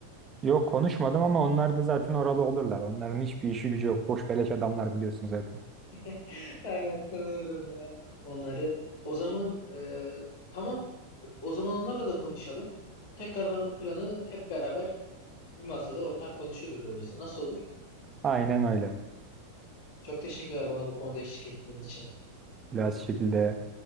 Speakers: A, on the right; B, on the left.
A: Yok konuşmadım ama onlar da zaten oralı olurlar. Onların hiçbir işi gücü yok. Boş beleş adamlar biliyorsun zaten.
B: <laughs> Evet tanıyorum ya onları. O zaman e, tamam. O zaman onlarla da konuşalım. Tekrardan bu planı hep beraber bir masada ortak konuşuruz öyleyse. Nasıl olur?
A: Aynen öyle.
B: Çok teşekkürler bana bu konuda eşlik ettiğin için.
A: Biraz şekilde